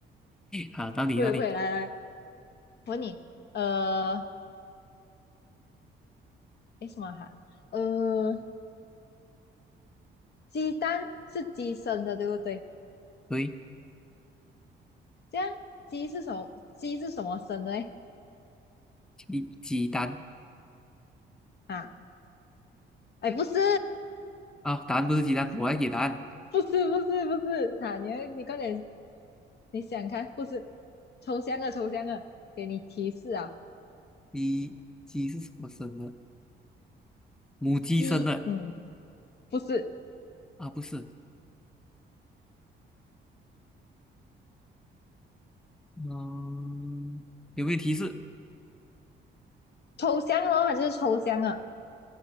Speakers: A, in the centre; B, on the left.
A: 好到你到你，
B: <laughs> 不会不会，来来我问你，呃，诶，什么哈？呃，鸡蛋是鸡生的，对不对？
A: 喂，
B: 这样鸡是什么？鸡是什么生的嘞？
A: 鸡鸡蛋
B: 啊，哎，不是，
A: 啊，答案不是鸡蛋，我来给答案，
B: 不是，不是，不是，哈、你要你快点，你想看，不是，抽象的，抽象的，给你提示啊，
A: 鸡鸡是什么生的？母鸡生的
B: 鸡，嗯，不是，
A: 啊，不是，嗯，有没有提示？
B: 抽象哦，它就是抽象啊，